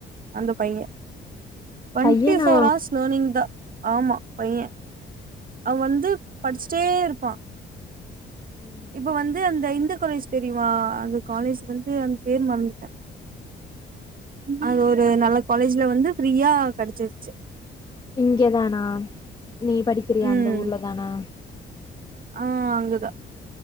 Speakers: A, on the right (about 45°); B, on the left (about 20°).
A: அந்த பைய டுவன்டீஸ்
B: பையனா
A: க்ளர்னிங் தா ஆமா பையன் அவன் வந்து படிச்சிட்டே இருப்பான்
B: ம்
A: இப்ப வந்து அந்த இந்த காலேஜ் தெரியுமா அந்த காலேஜ் வந்து அந்த பேர் மறந்துட்டன் அது ஒரு நல்ல காலேஜ்ல வந்து ஃப்ரீயா கிடச்சிருச்சு
B: இங்கே தானா நீ படிக்கிறிய
A: ம்
B: அந்த ஊர்ல தானா
A: ஆ அங்கதா